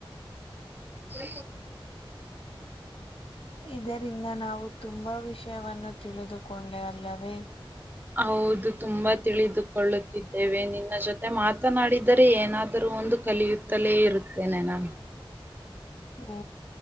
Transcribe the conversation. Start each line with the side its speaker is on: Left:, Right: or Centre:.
Right: ಹ
Left: ಇದರಿಂದ ನಾವು ತುಂಬಾ ವಿಷಯವನ್ನು ತಿಳಿದುಕೊಂಡರಲ್ಲವೇ
Right: ಹೌದು ತುಂಬಾ ತಿಳಿದುಕೊಳ್ಳುತ್ತಿದ್ದೇವೆ ನಿನ್ನ ಜೊತೆ ಮಾತನಾಡಿದರೆ ಏನಾದರೂ ಒಂದು ಕಲಿಯುತ್ತಲೇ ಇರುತ್ತೇನೆ ನಾನು <inaudible>
Left: ಓ